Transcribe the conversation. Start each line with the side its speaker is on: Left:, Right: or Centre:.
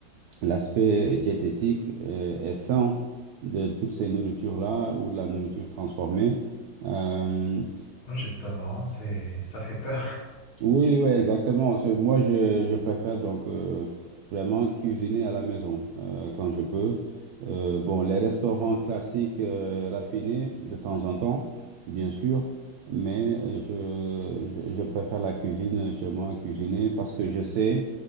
Right: l'aspect diététique euh, et sain de toutes ces nourritures-là ou de la nourriture transformée. Euh,
Left: Oui, justement, c'est, ça fait peur. <laughs>
Right: oui, oui, exactement. Ce- Moi, je, je préfère donc euh, vraiment cuisiner à la maison euh, quand je peux. Euh, bon, les restaurants
Left: Mm.
Right: classiques euh, raffinés de temps en temps, bien sûr, mais je, je, je préfère la cuisine chez moi, cuisiner, parce que je sais